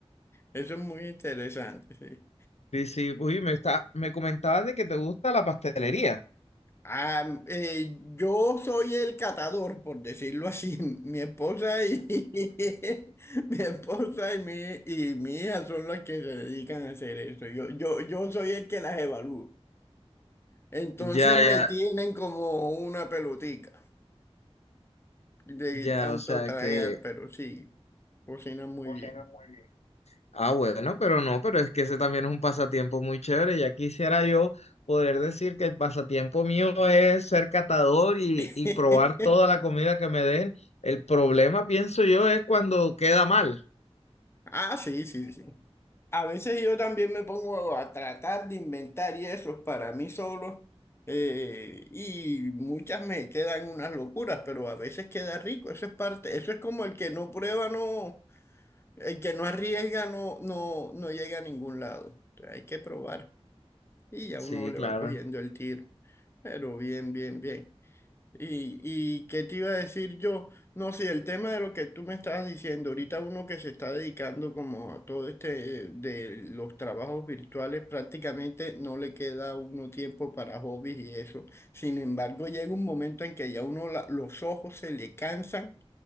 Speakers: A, on the left; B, on the left.
A: Eso es muy interesante, sí.
B: Sí, sí, uy, me está, me comentabas de que te gusta la pastelería.
A: Ah, eh, yo soy el catador, por decirlo así. <laughs> Mi esposa y <laughs> mi esposa y mi, y mi hija son las que se dedican a hacer eso. Yo, yo, yo soy el que las evalúo. Entonces
B: Ya,
A: me
B: ya,
A: tienen como una pelotica de
B: ya,
A: tanto
B: o sea
A: tragar,
B: que...
A: pero sí, cocinan muy
B: Cocina
A: bien.
B: muy bien. Ah, bueno, pero no, pero es que ese también es un pasatiempo muy chévere. Ya quisiera yo poder decir que el pasatiempo mío es ser catador y,
A: <laughs>
B: y probar toda la comida que me den. El problema, pienso yo, es cuando queda mal.
A: Ah, sí, sí, sí. A veces yo también me pongo a tratar de inventar y eso para mí solo, eh, y muchas me quedan unas locuras, pero a veces queda rico, eso es parte, eso es como el que no prueba, no, el que no arriesga no, no, no llega a ningún lado. O sea, hay que probar y ya
B: Sí,
A: uno le
B: claro.
A: va cogiendo el tiro, pero bien, bien, bien. Y, y qué te iba a decir yo, no sé, el tema de lo que tú me estabas diciendo, ahorita uno que se está dedicando como a todo este eh, de los trabajos virtuales, prácticamente no le queda a uno tiempo para hobbies y eso. Sin embargo, llega un momento en que ya uno la- los ojos se le cansan